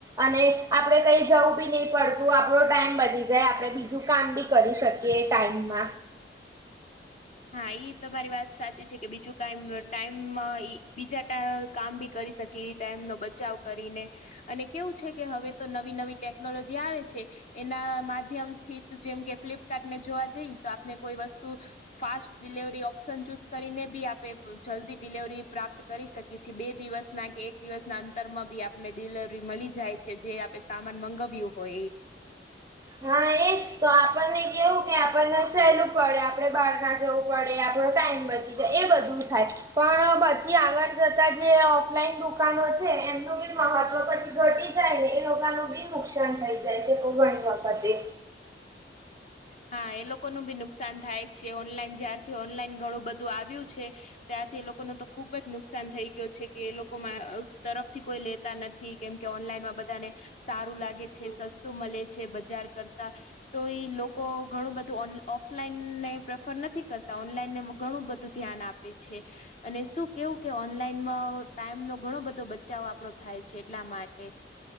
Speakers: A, on the right (about 20°); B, on the left (about 40°).
A: અને આપડે કઈ જવું બી નહીં પડતું, આપડો ટાઈમ બચી જે આપણે બીજું કામ બી કરી શકીએ ટાઈમમાં.
B: હા, ઈ તમારી વાત સાચી છે કે, બીજું ક ટાઈમ, બીજા કામ બી કરી શકી ઈ, ટાઈમ નો બચાવ કરીને. અને કેવું છે કે, હવે તો નવી નવી ટેકનોલોજી આવે છે. એના માધ્યમ થી, જેમ કે ફ્લિપકાર્ટ ને જોવા જઈએ તો, આપને કોઈ વસ્તુ ફાસ્ટ ડિલેવરી ઓપ્શન ચૂઝ કરીને બી આપણે જલ્દી ડિલવરી પ્રાપ્ત કરી શકીએ. પછી બે દિવસ ના કે એક દિવસ ના અંતરમાં બી આપને ડિલીવરી મળી જાય છે, જે સામાન મંગાવ્યું હોય એ.
A: હા, એજ. તો આપણને કેવું કે, આપણને સહેલું પડે, આપડે બહાર ના જવું પ, ડે આપણો ટાઈમ બચે. એ બધું થાય, પણ પછી આગળ જતા જે ઓફલાઈન દુકાનો છે એમ બહાર નું મહત્વ પછી ઘટી જાય ને, એ લોકોનું બી નુકસાન થઈ જાય છે ઘણી વખતે.
B: હા, એ લોકો નું બી નુકસાન થાય છે. ઓનલાઈન જ્યારથી ઓનલાઈન ઘણું બધું આવ્યું છે ત્યાંથી એ લોકો નું તો ખુબ જ નુકસાન થઈ ગયો છે કે, એ લોકો તરફથી કોઈ લેતા નથી. થી કેમ કે ઓનલાઈનમાં બધાને સારું લાગે છે, સસ્તું મલે છે બજાર કરતા. તો ઈ લોકો લોકો ઘણું બધું ઓફલાઈન ને પ્રેફર નથી કરતા, ઓનલાઈનને ઘણું બધું ધ્યાન આપે છે. અને શું કેવું કે, ઓનલાઈનમાં ટાઈમનો ઘણો બધો બચાવ આપણો થાય છે, એટલા માટે.